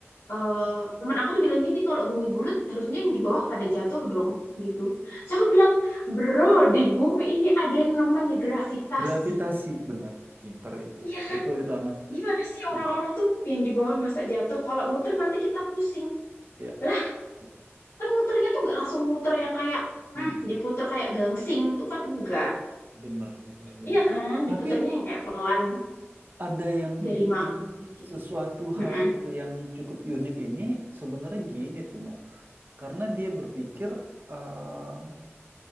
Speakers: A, on the left; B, on the right.
A: eh teman aku tuh bilang gini kalau bumi bulat harusnya yang di bawah pada jatuh dong gitu. Terus aku bilang, bro di bumi ini ada yang namanya gravitasi.
B: Gravitasi, bener, pinter itu,
A: Iya kan?
B: betul itu Amel.
A: Gimana sih orang-orang
B: Iya,
A: tuh yang di bawah masa jatuh? Kalau muter nanti kita pusing.
B: iya,
A: Lah,
B: iya.
A: kan muternya tuh nggak langsung muter yang kayak, hmm,
B: Mm-mm.
A: diputer kayak gangsing. Itu kan enggak.
B: Bener, bener, bener.
A: Iya kan?
B: Tapi
A: Diputernya yang kayak pelan
B: ada yang
A: dari
B: bikin
A: malam gitu.
B: sesuatu
A: Mm-mm.
B: hal yang cukup unik ini sebenarnya gini tuh Mel, karena dia berpikir eh,